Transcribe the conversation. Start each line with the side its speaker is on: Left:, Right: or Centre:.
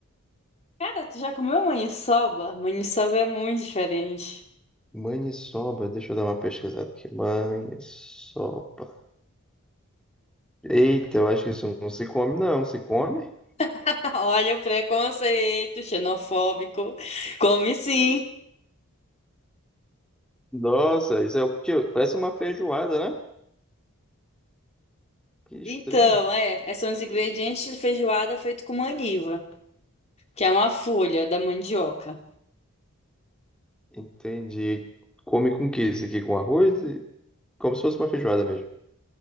Left: Cara, tu já comeu maniçoba? Maniçoba é muito diferente.
Centre: Maniçoba, deixa eu dar uma pesquisada aqui. Maniçoba. Eita, eu acho que isso não se come, não. Se come?
Left: <laughs> Olha o preconceito xenofóbico. Come sim.
Centre: Nossa, isso é o que parece uma feijoada, né? Que estranho.
Left: Então, é, é, são os ingredientes de feijoada feito com maniva, que é uma folha da mandioca.
Centre: Entendi. Come com o que isso aqui? Com arroz? E... Como se fosse uma feijoada mesmo.